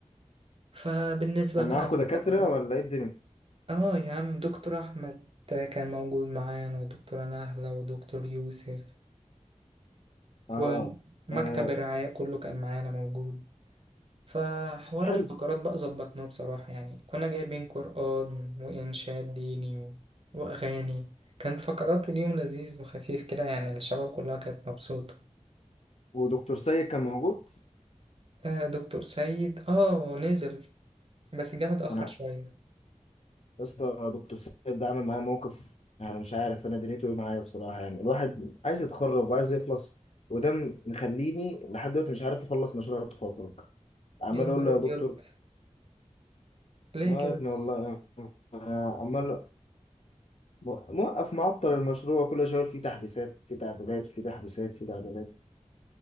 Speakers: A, on the right (about 50°); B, on the left (about 60°).
A: فبالنسبة
B: كان
A: بقى
B: معاكوا
A: للفقرات
B: دكاترة ولا ايه الدنيا؟
A: اه يا عم دكتور أحمد كان موجود معانا ودكتورة نهلة ودكتور يوسف
B: اه
A: ومكتب
B: آه،
A: الرعاية كله كان معانا موجود فحوار
B: حلو
A: الفقرات بقى ظبطناه بصراحة يعني كنا جايبين قرآن وإنشاد ديني و... وأغاني كانت فقرات واليوم لذيذ وخفيف كده يعني الشباب كلها كانت مبسوطة
B: ودكتور سيد كان موجود
A: آه دكتور سيد آه نزل بس جه متأخر
B: انا
A: شوية
B: يا اسطى دكتور سيد ده عامل معايا موقف يعني مش عارف انا دنيته ايه معايا بصراحه يعني الواحد عايز يتخرج وعايز يخلص وده م- مخليني لحد دلوقتي مش عارف اخلص مشروع التخرج عمال
A: يا نهار
B: اقول له
A: أبيض
B: يا دكتور
A: ليه
B: اه
A: كده
B: يا ابني
A: بس
B: والله آه، عمال مو- موقف معطل المشروع كل شويه يقول فيه تحديثات في تعديلات في تحديثات في تعديلات